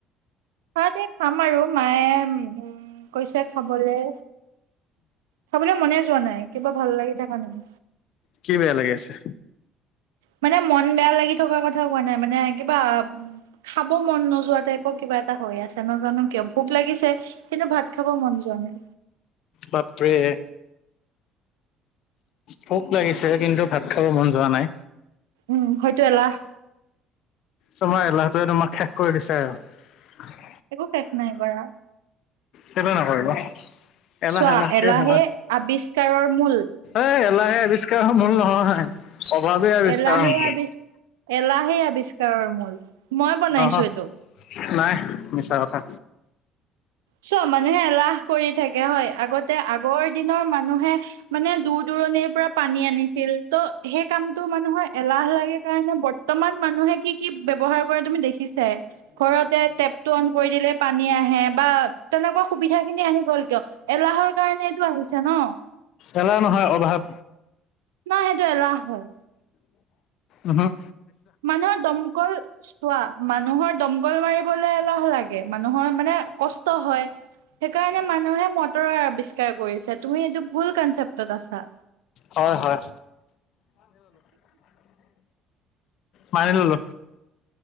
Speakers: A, on the right; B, on the left.
A: ভাত এই খাম আৰু মায়ে উম কৈছে খাবলে খাবলৈ মনে যোৱা নাই কিবা ভাল লাগি থকা নাই
B: কি বেয়া লাগি আছে
A: মানে মন বেয়া লাগি থকা কথা কোৱা নাই মানে কিবা খাব মন নোযোৱা টাইপৰ কিবা এটা হৈ আছে নাজানো কিয় ভোক লাগিছে কিন্তু ভাত খাব মন যোৱা নাই
B: বাপৰে ভোক লাগিছে কিন্তু ভাত খাব মন যোৱা নাই
A: উম হয়তো এলাহ
B: তোমাৰ এলাহ টোৱে তোমাক শেষ কৰি দিছে আৰু
A: একো শেষ নাই কৰা
B: কেলে নকৰিব এলাহ
A: চোৱা
B: এলাহ কে
A: এলাহে
B: থাকা
A: আৱিষ্কাৰৰ মূল
B: এ এলাহে আৱিষ্কাৰ মূল নহয় অভাৱে আৱিষ্কাৰ
A: এলাহে
B: মূল
A: আবিষ্ এলাহে আৱিষ্কাৰৰ মূল। <unintelligible> মই বনাইছো
B: নহয়
A: এইটো।
B: নাই মিছা কথা।
A: চোৱা মানুহে এলাহ কৰি থাকে হয়। আগতে আগৰ দিনৰ মানুহ মানুহে মানে দূৰ দূৰণিৰ পৰা পানী আনিছিল, ত' সেই কামটো মানুহৰ এলাহ লাগে কাৰণে বৰ্তমান মানুহে কি কি ব্যৱহাৰ কৰে তুমি দেখিছাই ঘৰতে টেপ টো অন কৰি দিলে পানী আহে বা তেনেকুৱা সুবিধা খিনি আহি গ'ল কিয় এলাহৰ কাৰনে টো আহিছে ন।
B: এলাহ নহয় অভাৱ।
A: নাই সেইটো এলাহ হয়।
B: উমহোঁ।
A: মানুহৰ দমকল চোৱা মানুহৰ দম দমকল মাৰিবলে লাহ লাগে মানুহৰ মানে কষ্ট হয়। সেইকাৰণে মানুহে ম ৰে আৱিষ্কাৰ কৰিছে তুমি এইটো ভুল কনচেপ্টত আছা।
B: হয় হয়। মানিললো।